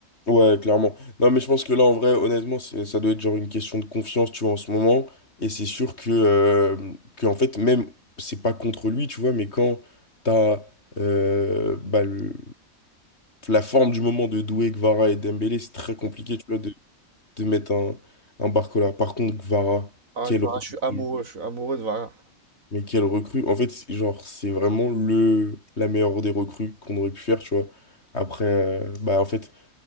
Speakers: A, on the left (about 50°); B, on the right (about 70°).
A: Ouais, clairement. Non, mais je pense que là, en vrai, honnêtement, c'est- ça doit être genre une question de confiance, tu vois, en ce moment. Et c'est sûr que, euh, que, en fait, même, c'est pas contre lui, tu vois, mais quand t'as euh, bah, le- la forme du moment de Doué, Kvara et Dembélé, c'est très compliqué, tu vois, de, de mettre un, un Barcola. Par contre, Kvara,
B: Ah,
A: quel
B: Clara,
A: recrue.
B: je suis amoureux, je suis amoureux de Vargas.
A: Mais quelle recrue. En fait, c'est- genre, c'est vraiment le la meilleure des recrues qu'on aurait pu faire, tu vois. Après, euh, bah en fait,